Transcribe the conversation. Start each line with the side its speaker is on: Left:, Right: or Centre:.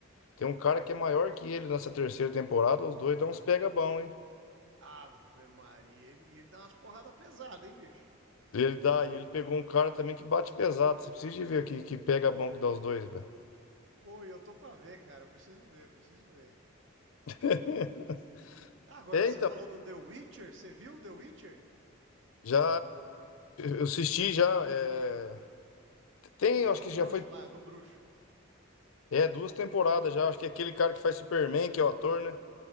Left: tem um cara que é maior que ele nessa terceira temporada, os dois dão uns pega bom, hein?
Right: Ave Maria, ele- e ele, dá umas porradas pesadas, hein, bicho?
Left: Ele dá, e ele pegou um cara também que bate pesado. Você precisa de ver aqui que pega bom que dá os dois, velho.
Right: Pô, e eu tô pra ver, cara, eu preciso ver, eu preciso ver.
Left: <laughs>
Right: Ah, Agora,
Left: É,
Right: você
Left: então,
Right: falou do The Witcher, você viu o The Witcher?
Left: já eu assisti já. é, Tem,
Right: É
Left: eu acho
Right: o do
Left: que
Right: bruxo
Left: já foi.
Right: lá, é do bruxo.
Left: É, duas temporadas já. Acho que é aquele cara que faz Superman, que é o ator, né?